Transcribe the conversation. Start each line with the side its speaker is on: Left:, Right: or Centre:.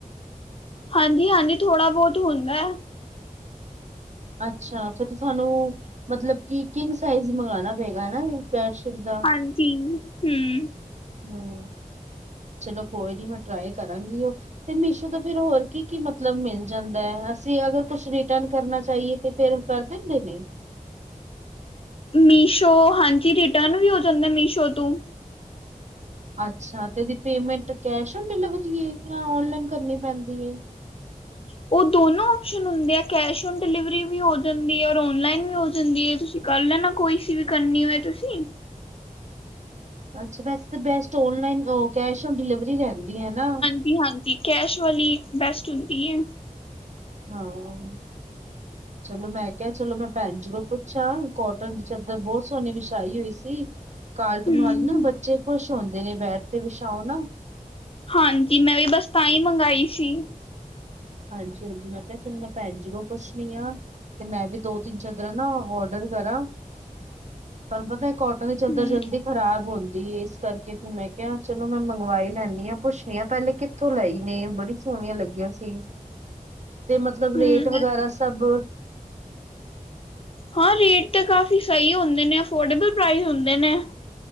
Left: ਹਾਂਜੀ- ਹਾਂਜੀ, ਥੋੜ੍ਹਾ ਬਹੁਤ ਹੁੰਦਾ।
Right: ਅੱਛਾ ਫੇਰ ਤਾਂ ਸਾਨੂੰ, ਮਤਲਬ ਕਿ ਕਿੰਗ ਸਾਈਜ਼ ਮੰਗਵਾਉਣਾ ਪਏਗਾ ਨਾ ਬੈਡਸ਼ੀਟ ਦਾ?
Left: ਹਾਂਜੀ, ਹਮ।
Right: ਹਮ, ਚਲੋ ਕੋਈ ਨੀ ਮੈਂ ਟਰਾਈ ਕਰਾਂਗੀ ਉਹ। ਤੇ ਮੀਸ਼ੋ ਤੋਂ ਫਿਰ ਹੋਰ ਕੀ, ਕੀ ਮਤਲਬ ਮਿਲ ਜਾਂਦਾ ਹੈ? ਅਸੀਂ ਅਗਰ ਕੁਛ ਰਿਟਰਨ ਕਰਨਾ ਚਾਹੀਏ ਤੇ, ਫੇਰ ਕਰ ਦਿੰਦੇ ਨੇ,
Left: ਮੀਸ਼ੋ, ਹਾਂਜੀ ਰਿਟਰਨ ਵੀ ਹੋ ਜਾਂਦਾ ਮੀਸ਼ੋ ਤੋਂ।
Right: ਅੱਛਾ, ਤੇ ਇਹਦੀ ਪੇਮੈਂਟ ਕੈਸ਼ ਔਨ ਡਿਲੀਵਰੀ ਹੈ ਜਾਂ ਓਨਲਾਈਨ ਕਰਨੀ ਪੈਂਦੀ ਹੈ?
Left: ਉਹ ਦੋਨੋ ਆਪਸ਼ਨ ਹੁੰਦੇ ਆ, ਕੈਸ਼ ਓਨ ਡਿਲੀਵਰੀ ਵੀ ਹੋ ਜਾਂਦੀ ਹੈ, ਔਰ ਔਨਲਾਈਨ ਵੀ ਹੋ ਜਾਂਦੀ ਹੈ ਤੁਸੀਂ, ਕਰ ਲੈਣਾ ਕੁਛ ਵੀ ਕਰਨੀ ਹੋਏ ਤੁਸੀਂ।
Right: ਅੱਛਾ ਵੈਸੇ ਤੇ best online, cash on delivery ਰਹਿੰਦੀ ਆ ਨਾ?
Left: ਹਾਂਜੀ- ਹਾਂਜੀ, ਕੈਸ਼ ਵਾਲੀ ਹੀ ਬੈਸਟ ਹੁੰਦੀ ਹੈ।
Right: ਹਾਂ ਚਲੋ, ਮੈਂ ਕਿਹਾ ਚਲੋ ਮੈਂ ਭੈਣ ਜੀ ਕੋਲ ਪੁੱਛਾਂ, ਕੋਟਨ ਦੀ ਚਾਦਰ ਬਹੁਤ ਸੋਹਣੀ ਵਿਛਾਈ ਹੋਈ ਸੀ। ਕਾਰਟੂਨ
Left: ਹੂੰ,
Right: ਵਾਲੀ ਨਾ ਬੱਚੇ ਖੁਸ਼ ਹੁੰਦੇ ਨੇ, ਬੈਠ ਤੇ ਵਿਛਾਓ ਨਾ।
Left: ਹਾਂਜੀ, ਮੈਂ ਵੀ ਬਸ ਤਾਂ ਹੀ ਮੰਗਵਾਾਈ ਸੀ
Right: ਹਾਂਜੀ- ਹਾਂਜੀ, ਮੈਂ ਕਿਹਾ ਚੰਗਾ ਭੈਣ ਜੀ ਕੋ ਪੁੱਛਣੀ ਆ ਤੇ ਮੈਂ ਵੀ ਦੋ, ਤਿੰਨ ਚਾਦਰਾਂ ਨਾ ਓਡਰ ਕਰਾਂ। ਪਰ ਪਤਾ ਕੋਟਨ ਦੀ
Left: ਹੂੰ,
Right: ਚਾਦਰ ਜਲਦੀ ਖ਼ਰਾਬ ਹੁੰਦੀ ਇਸ ਕਰਕੇ ਫ ਮੈਂ ਕਿਹਾ, ਚਲੋ ਮੈਂ ਮੰਗਵਾ ਈ ਲੈਂਦੀ ਹਾਂ, ਪੁੱਛਣੀ ਹਾਂ ਪਹਿਲੇ ਕਿ ਕਿੱਥੋਂ ਲਈ ਨੇ ਬੜੀ ਸੋਹਣੀਆਂ ਲੱਗੀਆਂ ਸੀ। ਤੇ ਮਤਲਬ, ਰੇਟ
Left: ਹੂੰ,
Right: ਵਗੈਰਾ ਸਭ
Left: ਹਾਂ ਰੇਟ ਤਾਂ ਕਾਫ਼ੀ ਸਹੀ ਹੁੰਦੇ ਨੇ, ਅਫੋਰਡੇਬਲ ਪ੍ਰਾਈਸ ਹੁੰਦੇ ਨੇ